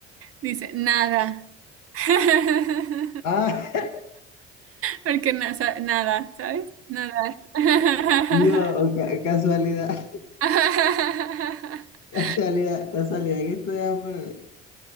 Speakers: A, on the right; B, on the left.
A: Dice, nada. <laughs>
B: Ah,
A: Porque na- sa- nada, ¿sabes? Nada. <laughs>
B: no, ca- casualidad,
A: <laughs>
B: <laughs> casualidad, casualidad que estoy am-